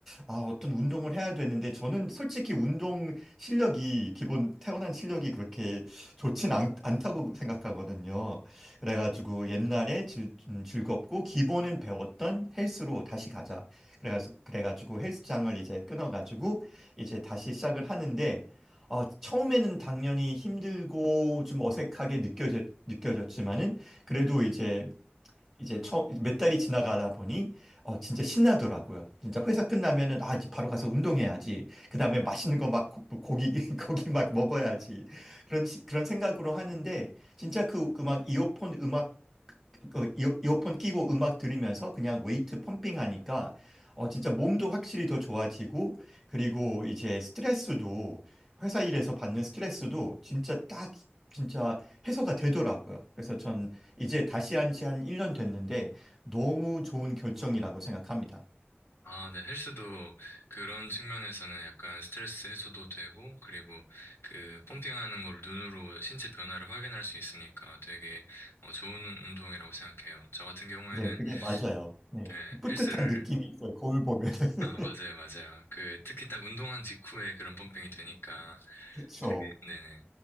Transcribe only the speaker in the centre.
아, 어떤 운동을 해야 되는데 저는 솔직히 운동 실력이 기본 태어난 실력이 그렇게 좋진 않, 않다고 생각하거든요. 그래가지고 옛날에 즐, 음, 즐겁고 기본은 배웠던 헬스로 다시 가자. 그래가지고, 그래가지고 헬스장을 이제 끊어가지고 이제 다시 시작을 하는데 어, 처음에는 당연히 힘들고 좀 어색하게 느껴졌, 느껴졌지만은 그래도 이제 이제 처, 몇 달이 지나가다 보니 어, 진짜 신나더라고요. 진짜 회사 끝나면은 아, 이제 바로 가서 운동해야지. 그다음에 맛있는 거 막 고기 <laughs> 고기 막 먹어야지. 그런 시- 그런 생각으로 하는데 진짜 그 음악 이어폰 음악 그 이어- 이어폰 끼고 음악 들으면서 그냥 웨이트 펌핑 하니까 어 진짜 몸도 확실히 더 좋아지고 그리고 이제 스트레스도 회사 일에서 받는 스트레스도 진짜 딱 진짜 해소가 되더라고요. 그래서 전 이제 다시 한지 한 1년 됐는데 너무 좋은 결정이라고 생각합니다.
네, 그게 맞아요. 네.
뿌듯한
느낌이 있어요. 거울 보면은. <laughs>
그쵸.